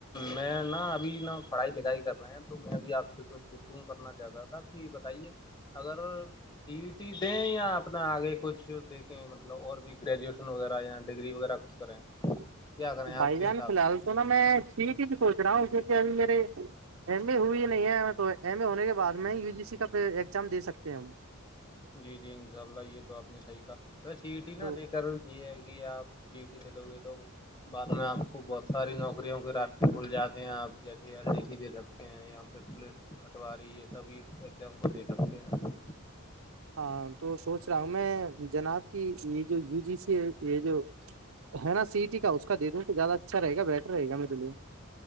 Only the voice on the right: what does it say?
بھائی
جان
فی الحال
تو نا میں سی یی ٹی ہی سوچ رہا ہوں کیونکہ ابھی میرے ایم اے ہوئی ہی نہیں ہے تو ایم اے ہونے کے بعد میں ہی یو جی سی کا پھر ایگزام دے سکتے ہیں
تو
ہاں تو سوچ رہا ہوں میں جناب کی یہ جو یو جی سی ہے یہ جو ہے نا سی ٹی کا اس کا دے دوں تو زیادہ اچھا رہے گا بیٹر رہ گا میرے لیے